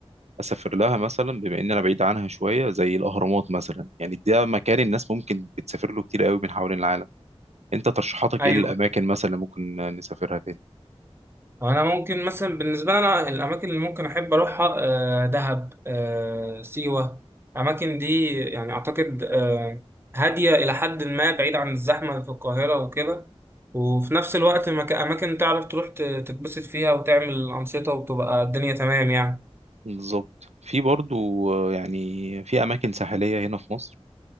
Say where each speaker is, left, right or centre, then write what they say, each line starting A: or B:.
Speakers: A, on the right (about 85°); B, on the right (about 20°).
A: اسافر لها مثلا بما ان انا بعيد عنها شويه زي الاهرامات مثلا يعني ده مكان الناس ممكن بتسافر له كتير قوي من حوالين العالم انت ترشيحاتك
B: ايوه
A: ايه الاماكن مثلا اللي ممكن نسافرها تاني
B: انا ممكن مثلا بالنسبه لي انا الاماكن اللي ممكن احب اروحها آه، دهب آه، سيوه الاماكن دي يعني اعتقد آه، هاديه الى حد ما بعيد عن الزحمه في القاهره وكده وفي نفس الوقت مك- اماكن تعرف تروح ت- تتبسط فيها وتعمل انشطه وتبقى الدنيا تمام يعني
A: بالظبط في برضو آه، يعني في اماكن ساحليه هنا في مصر